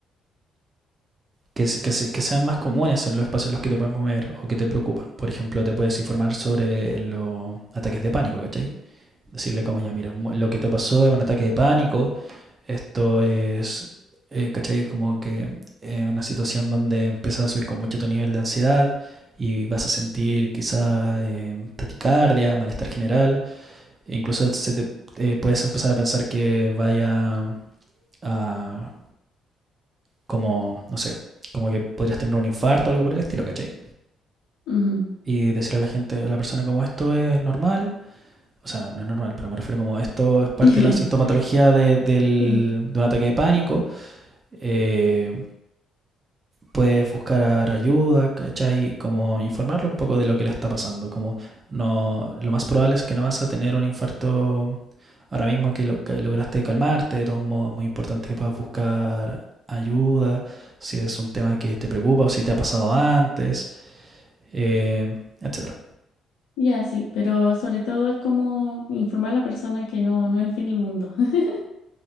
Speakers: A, on the right; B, on the left.
A: que, que se- que sean más comunes en los espacios en los que te puedes mover o que te preocupan. Por ejemplo, te puedes informar sobre los ataques de pánico, ¿cachai? Decirle como ya, mira, lo que te pasó es un ataque de pánico, esto es, eh, ¿cachai? Como que eh, una situación donde empiezas a subir con mucho tu nivel de ansiedad y vas a sentir quizás eh, taticardia, malestar general incluso se te, eh, puedes empezar a pensar que vaya a como, no sé, como que podrías tener un infarto o algo por el estilo, ¿cachai?
B: ujú.
A: Y decirle a la gente, a la persona como esto es normal, o sea, no, no es normal, pero me refiero como esto es parte
B: <laughs>
A: de la sintomatología de, del,
B: Sí,
A: de un ataque de pánico, eh, puedes buscar ayuda, ¿cachai? Como informarlo un poco de lo que le está pasando, como no, lo más probable es que no vas a tener un infarto ahora mismo que, lo, que lograste calmarte, de todos modos es muy importante que puedas buscar ayuda, si es un tema que te preocupa o si te ha pasado antes, eh, etcétera.
B: ya, sí, pero sobre todo es como informar a la persona que no, no es el fin del mundo. <laughs>